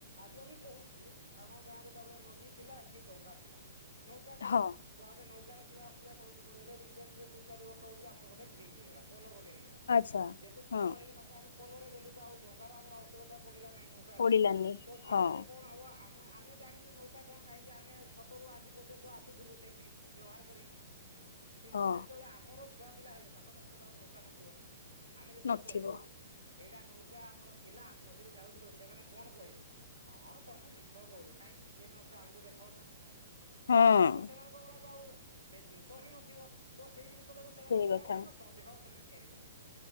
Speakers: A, on the right; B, on the left.
A: ଆଜି ମୁଁ କହୁଛି ଆମ ଗାଁ ରେ ତାପରେ ନଦୀ ଥିଲା ଏଠି ଡଙ୍ଗା ଥିଲା। ନୌକା ଥିଲା
B: ହଁ
A: ତ ଆମେ ନୌକାରେରେ ଯିବା ଆସିବା କରୁଥିଲୁ। ଏବେ ଦୁଇ ଚାରିବର୍ଷ ହଉଛି ଆମର ଗୋଟେ ବ୍ରିଜ୍ ହେଇଗଲା ପୋ ଗୋଟେ ହେଇଲା
B: ଆଚ୍ଛା
A: ଯେହେତୁ ପୋଲୋ
B: ହଁ
A: ହେଇଗଲା ଆମେ ପଲରେ ଗଲୁ ତ ଆଉ ଡଙ୍ଗାର ର ଆମର ଆବଶ୍ୟକତା ପଡିଲା ନାହିଁ ନୌକା ର।
B: ପଡିଲାନି।
A: ତୋ ଧୀରେ
B: ହଁ
A: ଧୀରେ କଣ ହବ ଁ ଆମେ ଜାଣିଛୁ ନୌକା କଣ କାହିଁକି ଆମେ ଛଟ ରରୁ ଆଜି ପର୍ଯ୍ୟନ୍ତ ଆସୁଥିଲୁ ସେଇଠି ବ୍ୟବହାର କରିକି। କିନ୍ତୁ
B: ହଁ
A: ଯେତେବେଳେ ଆମର ଛୁଆ ପିଲା ହେବେ ତାଙ୍କ ଟାଇମ ରେ ତ ଆଉ ନୌକା ନଥିବ ଆମେ ଯେତେବେଳେ
B: ନଥିବ।
A: କହିବୁ ଏଇଟା ନୌକା ଆମର ଥିଲା ଆମେ ନଦୀରେ ଯାଉଥିଲୁ ସେମାନେ କଣ କହିବେ? ହଁ ତମେ ମିଛ କହୁଛ କାଇଁ କେନ ଅଛ ଆମକୁ ଦେଖାଅ ତ।
B: ହଁ।
A: ତାପ ସେମାନଙ୍କ ଗୁଡାକ ଆଉ ସେ ଜିନିଷ ହିଁ ନଥିବ। ତ ସେଇ ଜିନିଷ ଟାକୁ ସେମାନଙ୍କୁ
B: ସେଇ
A: କଣ
B: କଥା।
A: ଲାଗିବ ସନ୍ଦେହ ସେମାନେ ତିଆରି କରିବ